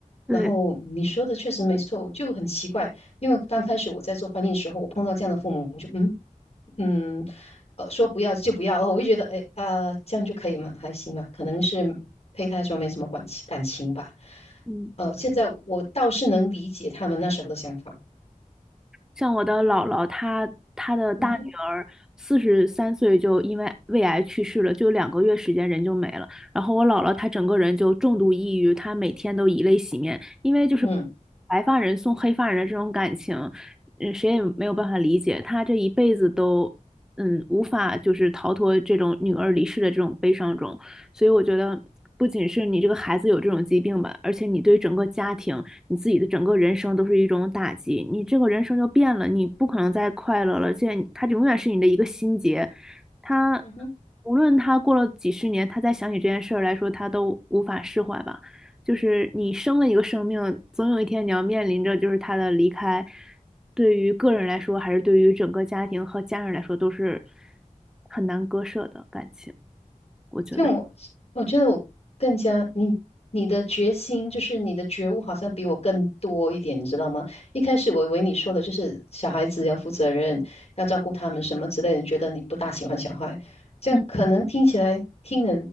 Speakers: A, in the centre; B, on the left (about 50°).
A: <laughs> 对，
B: 然后你说的确实没错，就很奇怪，因为刚开始我在做翻译的时候，我碰到这样的父母，我就嗯，嗯，呃，说不要就不要，哦我会觉得，哎啊、这样就可以吗？还行吧，可能是胚胎时候没什么感情感情吧。
A: 嗯，
B: 呃，现在我倒是能理解他们那时候的想法。
A: 像我的姥姥，她她的大女儿四十三岁就因为胃癌去世了，
B: 嗯哼，
A: 就两个月时间人就没了。然后我姥姥她整个人就重度抑郁，她每天都以泪洗面，因为就是
B: 嗯。
A: 白发人送黑发人的这种感情，嗯，谁也没有办法理解。她这一辈子都嗯无法就是逃脱这种女儿离世的这种悲伤中。所以我觉得，不仅是你这个孩子有这种疾病吧，而且你对整个家庭、你自己的整个人生都是一种打击。你这个人生就变了，你不可能再快乐了，而且他永远是你的一个心结。他
B: 嗯哼。
A: 无论他过了几十年，他再想起这件事儿来说，他都无法释怀吧。就是你生了一个生命，总有一天你要面临着就是他的离开，对于个人来说，还是对于整个家庭和家人来说，都是很难割舍的感情，对觉得。
B: 像我，我觉得我更加你你的决心，就是你的觉悟，好像比我更多一点，你知道吗？一开始我以为你说的就是小孩子要负责任，要照顾他们什么之类的，觉得你不大喜欢小孩，这样可能听起来听了
A: 嗯